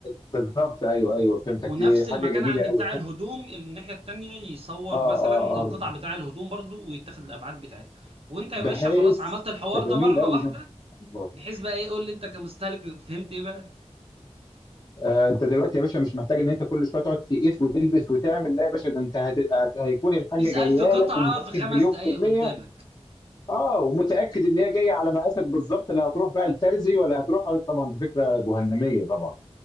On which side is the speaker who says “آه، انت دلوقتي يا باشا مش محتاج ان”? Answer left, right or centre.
Left